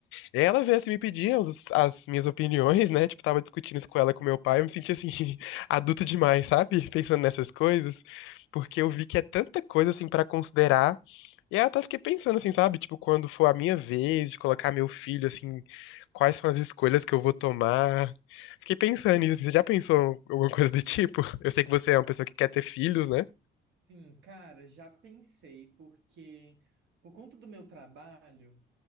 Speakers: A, on the left; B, on the right.
A: Ela veio assim me pedir as, as minhas opiniões, né? Tipo, tava discutindo isso com ela, e com meu pai. Eu me senti assim, <laughs> adulto demais, sabe? <laughs> Pensando nessas coisas. Porque eu vi que é tanta coisa assim pra considerar. E aí eu até fiquei pensando assim, sabe? Tipo, quando for a minha vez de colocar meu filho, assim, quais são as escolhas que eu vou tomar. Fiquei pensando nisso. assim. Você já pensou em alguma coisa do tipo? Eu sei que você é uma pessoa que quer ter filhos, né?
B: Sim, cara, já pensei, porque por conta do meu trabalho,